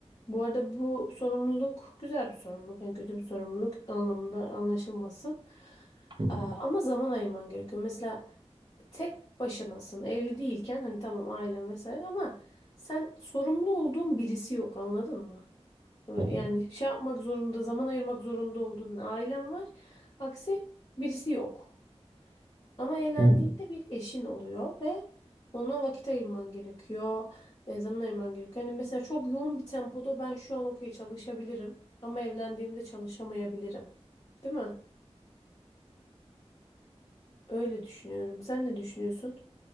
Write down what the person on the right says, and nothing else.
hı.
Hı hı.
Hı hı.